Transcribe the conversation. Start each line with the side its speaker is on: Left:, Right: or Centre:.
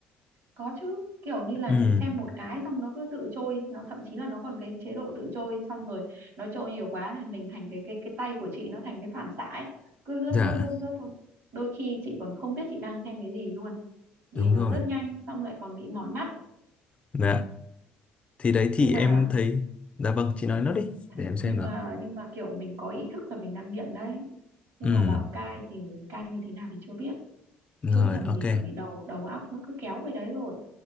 Right: có chứ kiểu như là
Left: Ừ,
Right: chị xem một cái xong nó cứ tự trôi nó thậm chí là nó còn cái chế độ tự trôi xong rồi nó trôi nhiều quá là mình thành cái cái cái tay của chị nó thành cái phản xạ ấy cứ lướt
Left: dạ
Right: lướt lướt lướt thôi đôi khi chị còn không biết chị đang xem cái gì luôn vì
Left: đúng
Right: nó
Left: rồi.
Right: lướt nhanh xong lại còn bị mỏi mắt
Left: Dạ. Thì đấy thì
Right: nhưng mà
Left: em thấy Dạ vâng chị nói nốt đi Để
Right: thế-
Left: em xem
Right: nhưng
Left: nào
Right: mà nhưng mà kiểu mình có ý thức là mình đang nghiện đấy nhưng
Left: Ừ
Right: mà bảo cai thì cai như thế nào thì chưa biết
Left: rồi
Right: chưa biết làm
Left: ok
Right: gì cả vì đầu đầu óc nó cứ kéo về đấy rồi